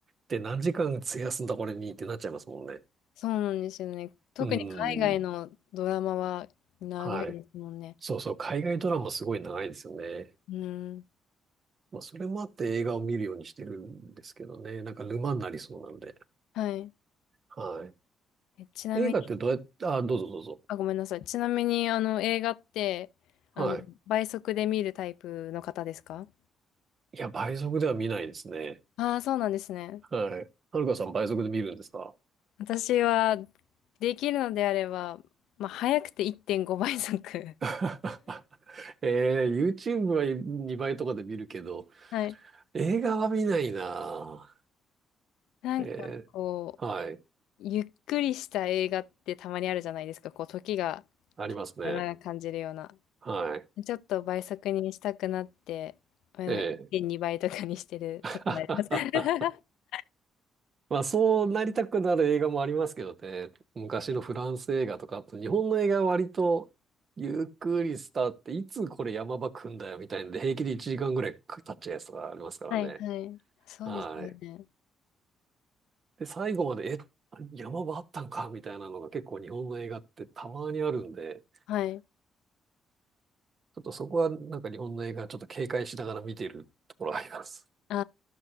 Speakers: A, on the right; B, on the left.
A: で、何時間費やすんだこれにってなっちゃいますもんね。
B: そうなんですよね。特に海外のドラマは長いですもんね。
A: うん。ん。はい。そうそう、海外ドラマすごい長いですよね。
B: うん。
A: まあ、それもあって映画を見るようにしてるんですけどね。なんか沼になりそうなので。
B: はい。
A: は
B: えちなみ
A: い。映画ってどうやって、あ、どうぞどうぞ。
B: あ、ごめんなさい。ちなみに、あの、映画って、あの、
A: はい。
B: 倍速で見るタイプの方ですか
A: いや、倍速では見ないですね。
B: ああー、そうなんですね。
A: はい。はるかさん倍速で見るんですか
B: 私は、できるのであれば、まあ、早くて1.5倍速。
A: <laughs> えー、YouTube は2倍とかで見るけど、
B: <laughs> はい。
A: 映画は見ないな
B: なんか、
A: ぁ。えー、
B: こう、
A: はい。
B: ゆっくりした映画ってたまにあるじゃないですか。こう、時が
A: ありますね。
B: 長く感じるような。
A: はい。
B: ちょっと倍速にしたくなって、うん1.2倍とかにしてる時もあります。
A: ええ <laughs>
B: <laughs>
A: まあ、そうなりたくなる映画もありますけどね。昔のフランス映画とか、あと日本の映画は割と、ゆっくりスタートっていつこれ山場来んだよみたいんで、平気で1時間ぐらい経っちゃうやつとかありますからね。
B: はい、はい。そうですよね。
A: はい。で、最後まで、え、山場あったんかみたいなのが結構日本の映画ってたまにあるんで、
B: はい。
A: ちょっとそこはなんか日本の映画ちょっと警戒しながら見ているところあります。
B: あ